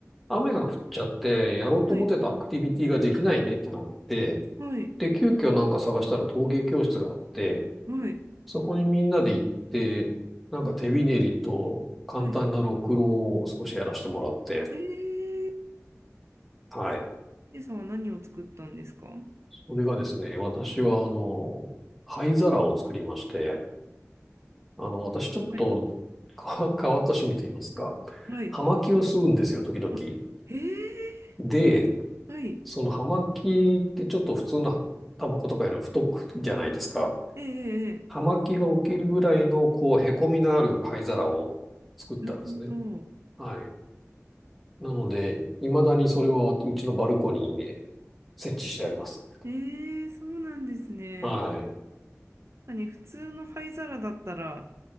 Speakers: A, in the centre; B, on the right.
A: 雨が降っちゃって、やろうと思ってたアクティビティができないねってなって、
B: はい。はい。
A: で、急遽なんか探したら陶芸教室があって、
B: はい。
A: そこにみんなで行って、なんか手びねりと簡単なろくろを少しやらせてもらって、
B: はい。はい。えー
A: はい。
B: ヒデさんは何を作ったんですかは
A: それがですね、私はあの、灰皿を作りまして、あの、私ちょっと
B: い。
A: か変わった趣味と言いますか、
B: はい。
A: 葉巻を吸うんですよ、時々。
B: あ、へえ。
A: で、
B: はい。
A: その葉巻ってちょっと普通のタバコとかよりも太くじゃないですか。
B: ええ、ええ。
A: 葉巻が起きるぐらいの、こう、へこみのある灰皿を作ったんですね。
B: なるほど。
A: はい。なので、未だにそれはうちのバルコニーにね、設置してあります。
B: ええ、そうなんですね。
A: はい。
B: 確かに普通の灰皿だったら、